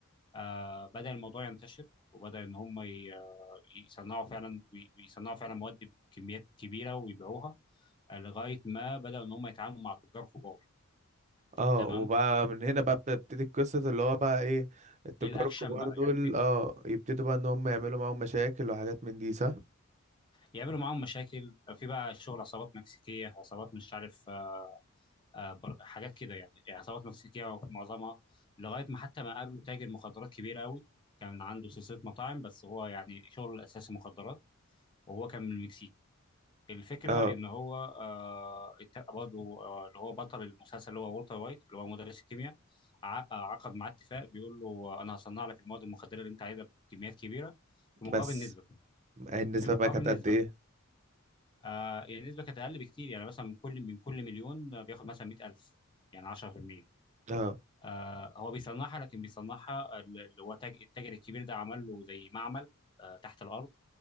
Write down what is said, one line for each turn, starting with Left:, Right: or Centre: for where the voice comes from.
Left: آه، بدأ الموضوع ينتشر وبدأ إن هم ي- آه، يصنعوا فعلا وي- ويصنعوا فعلا مواد بكميات كبيرة ويبيعوها آه، لغاية ما بدأوا إن هم يتعاملوا مع تجار كبار
Right: اه
Left: تمام
Right: وبقى من هنا بقى بتبتدي القصة اللي هو بقى ايه التجار
Left: الأكشن
Right: الكبار
Left: بقى
Right: دول
Left: يعني في
Right: اه يبتدوا بقى ان هم يعملوا معاهم مشاكل وحاجات من دي صح
Left: يعملوا معاهم مشاكل آه، في بقى شغل عصابات مكسيكية عصابات مش عارف آه، آه، بر- حاجات كده يعني يعني عصابات مكسيكية معظمها لغاية ما حتى ما قابلوا تاجر مخدرات كبير قوي كان عنده سلسلة مطاعم بس هو يعني شغله الأساسي مخدرات وهو كان من المكسيك الفكرة
Right: اه
Left: إن هو آه الت- برضه آه اللي هو بطل المسلسل اللي هو والتر وايت اللي هو مدرس الكيمياء ع- آه، عقد معاه اتفاق بيقول له آه، أنا هصنع لك المواد المخدرة اللي أنت عايزها بكميات كبيرة في مقابل
Right: بس
Left: نسبة
Right: النسبة
Left: في مقابل
Right: بقى كانت
Left: نسبة
Right: قد ايه
Left: آه يعني النسبة كانت أقل بكتير يعني مثلا من كل من كل مليون آه، بياخد مثلا 100000 يعني 10%
Right: اه
Left: آه هو بيصنعها لكن بيصنعها ال- اللي هو تاج- التاجر الكبير ده عمل له زي معمل آه تحت الأرض